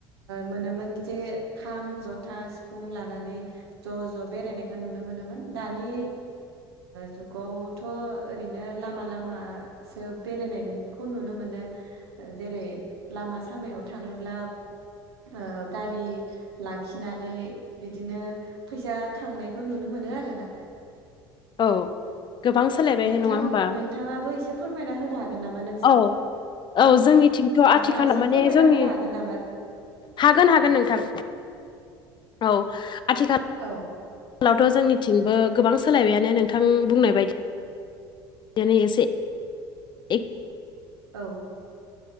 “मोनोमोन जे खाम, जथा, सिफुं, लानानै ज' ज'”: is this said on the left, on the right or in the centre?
Right